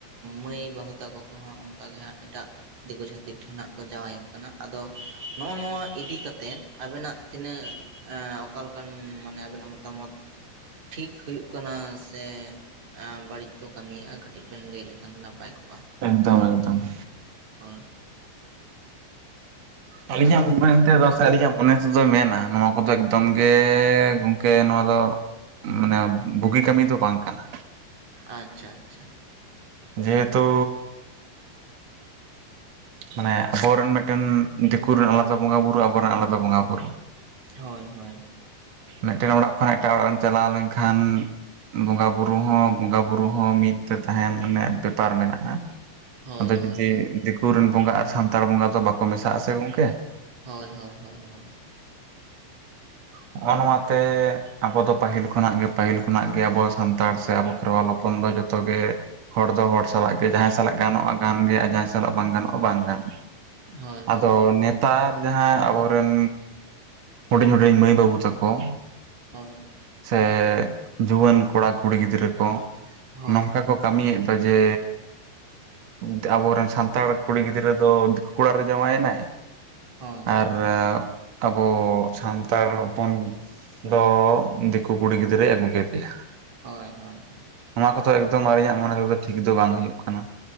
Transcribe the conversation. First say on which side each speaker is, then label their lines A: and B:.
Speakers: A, on the right; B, on the right.
A: ᱢᱟᱹᱭ ᱵᱟᱹᱦᱩ ᱛᱟᱠᱚ ᱠᱚᱦᱚᱸ ᱚᱱᱠᱟ ᱜᱮ ᱦᱟᱸᱜ ᱮᱴᱟᱜ ᱫᱤᱠᱩ ᱡᱷᱟᱹᱛ ᱴᱷᱮᱱ ᱦᱟᱜ ᱠᱚ ᱡᱟᱶᱟᱭᱚᱜ ᱠᱟᱱᱟ ᱟᱫᱚ ᱱᱚᱜᱼᱚ ᱱᱚᱣᱟ ᱤᱫᱤ ᱠᱟᱛᱮᱫ ᱟᱵᱮᱱᱟᱜ ᱛᱤᱱᱟᱹᱜ ᱚᱠᱟᱞᱮᱠᱟ ᱢᱟᱱᱮ ᱟᱵᱤᱱᱟᱜ ᱢᱚᱛᱟᱢᱚᱛ ᱴᱷᱤᱠ ᱦᱩᱭᱩᱜ ᱠᱟᱱᱟ ᱥᱮ ᱵᱟᱹᱲᱤᱡ ᱠᱚ ᱠᱟᱹᱢᱤᱭᱮᱜ-ᱟ ᱠᱟᱹᱴᱤᱡ ᱵᱮᱱ ᱞᱟᱹᱭ ᱞᱮᱠᱷᱟᱱ ᱫᱚ ᱱᱟᱯᱟᱭ ᱠᱚᱜᱼᱟ
B: ᱮᱠᱫᱚᱢ, ᱮᱠᱫᱚᱢ!
A: ᱦᱚᱸ,
B: ᱟᱹᱞᱤᱧᱟᱜ ᱢᱮᱱ ᱛᱮᱫᱚ ᱥᱮ ᱟᱹᱞᱤᱧᱟᱜ ᱢᱚᱱᱮ ᱛᱮᱫᱚᱭ ᱢᱮᱱᱟ, ᱱᱚᱣᱟ ᱠᱚᱫᱚ ᱮᱠᱫᱚᱢ ᱜᱮ ᱜᱚᱝᱠᱮ ᱱᱚᱣᱟ ᱫᱚ ᱩᱸ ᱢᱟᱱᱮ ᱵᱩᱜᱤ ᱠᱟᱹᱢᱤ ᱫᱚ ᱵᱟᱝ ᱠᱟᱱᱟ᱾
A: ᱟᱪᱪᱷᱟ, ᱪᱷᱟ!
B: ᱡᱮᱹ, ᱦᱮᱹᱛᱩ ᱢᱟᱱᱮ ᱟᱵᱚᱨᱮᱱ ᱢᱮᱜᱴᱮᱱ, ᱫᱤᱠᱩᱨᱮᱱ ᱟᱞᱟᱫᱟ ᱵᱚᱹᱜᱟ ᱵᱩᱨᱟᱹ, ᱟᱵᱚᱨᱮᱱ ᱟᱞᱟᱫᱟ ᱵᱚᱸᱜᱟ ᱵᱩᱨᱩ᱾
A: ᱦᱳᱭ, ᱦᱳᱭ᱾
B: ᱢᱮᱜᱴᱮᱱ ᱚᱲᱟᱜ ᱚᱠᱷᱟᱡ, ᱮᱴᱟᱜ ᱚᱲᱟᱜ ᱮᱢ ᱪᱟᱞᱟᱣ ᱞᱮᱱᱠᱷᱟᱱ! ᱵᱚᱸᱜᱟ ᱵᱩᱨᱩ ᱦᱚᱸ, ᱵᱚᱸᱜᱟ ᱵᱩᱨᱩ ᱦᱚᱸ ᱢᱤᱫ ᱛᱮ ᱛᱟᱦᱮᱱ ᱢᱟᱱᱮ ᱵᱮᱯᱟᱨ ᱢᱮᱱᱟᱜᱼᱟ᱾
A: ᱦᱳᱭ
B: ᱟᱫᱚ
A: ᱦᱳᱭ
B: ᱡᱩᱫᱤ
A: ᱦᱳᱭ
B: ᱫᱤᱠᱩ ᱨᱮᱱ ᱵᱚᱸᱜᱟ ᱟ ᱥᱟᱱᱛᱟᱲ ᱵᱚᱸᱜᱟ ᱫᱚ ᱵᱟᱠᱚ ᱢᱮᱥᱟᱜ ᱟᱥᱮ ᱜᱚᱝᱠᱮ!
A: ᱦᱳᱭ, ᱦᱳᱭ, ᱦᱳᱭ, ᱦᱳᱭ, ᱦᱳ
B: ᱦᱚᱜᱼᱚ ᱱᱚᱣᱟᱛᱮ ᱟᱵᱚ ᱫᱚ, ᱯᱟᱦᱤᱞ ᱠᱷᱚᱱᱟᱜ ᱜᱮᱹ, ᱯᱟᱦᱤᱞ ᱠᱷᱚᱱᱟᱜ ᱜᱮᱹ, ᱟᱵᱚ ᱥᱟᱱᱛᱟᱲ ᱥᱮ ᱟᱵᱚ ᱠᱷᱮᱨᱣᱟᱞᱚᱯᱚᱱ ᱫᱚ ᱡᱚ ᱛᱚ ᱜᱮ ᱦᱚᱲ ᱫᱚ, ᱦᱚᱲ ᱥᱟᱞᱟᱜ ᱜᱮ ᱡᱟᱦᱟᱸᱭ ᱥᱟᱞᱟᱜ ᱜᱟᱱᱚᱜᱼᱟ, ᱜᱟᱱ ᱜᱮᱭᱟ ᱟ ᱡᱟᱦᱟᱸᱭ ᱥᱟᱞᱟᱜ ᱵᱟᱝ ᱜᱟᱱᱚᱜᱼᱟ, ᱵᱟᱝ ᱜᱟᱱ
A: ᱦᱳᱭ
B: ᱟᱫᱚ
A: ᱦᱳᱭ
B: ᱱᱮᱛᱟᱨ ᱡᱟᱦᱟᱸ ᱟᱵᱚᱨᱮᱱ, ᱦᱩᱰᱤᱧ-ᱦᱩᱰᱤᱧ ᱢᱟᱹᱭ ᱵᱟᱹᱵᱩ ᱛᱟ ᱠᱚ
A: ᱦᱳᱭ,
B: ᱥᱮ ᱡᱩᱣᱟᱹᱱ ᱠᱚᱲᱟ-ᱠᱩᱲᱤ ᱜᱤᱫᱽᱨᱟᱹ ᱠᱚᱸ
A: ᱦᱳᱭ
B: ᱱᱚᱝᱠᱟ ᱠᱚ ᱠᱟᱹᱢᱤᱭᱮᱫ ᱫᱚ ᱡᱮ, ᱛᱟ ᱟᱵᱚᱨᱮᱱ ᱥᱟᱱᱛᱟᱲ ᱠᱩᱲᱤ ᱜᱤᱫᱽᱨᱟᱹ ᱫᱚ, ᱫᱤᱠᱩ ᱠᱚᱲᱟ ᱨᱮ ᱡᱟᱶᱟᱭᱮᱱᱟᱭ
A: ᱦᱳᱭ ᱦᱳᱭ ᱦᱳᱭ
B: ᱟᱨ ᱟᱵᱚ ᱥᱟᱱᱛᱟᱲ ᱦᱚᱯ ᱯᱚᱱ ᱫᱚ ᱫᱤᱠᱩ ᱠᱩᱲᱤ ᱜᱤᱫᱽᱨᱟᱹᱭ ᱟᱹᱜᱩ ᱠᱮᱫᱮᱭᱟ ᱾
A: ᱦᱳᱭ, ᱦᱳᱭ, ᱦᱳ
B: ᱚᱶᱟ ᱠᱚᱫᱚ ᱮᱠᱫᱚᱢ, ᱟᱨᱤᱧᱟᱜ ᱢᱚᱱᱮᱨᱫᱚ, ᱴᱷᱤᱠ ᱫᱚ ᱵᱟᱝ ᱦᱩᱭᱩᱜ ᱠᱟᱱᱟ᱾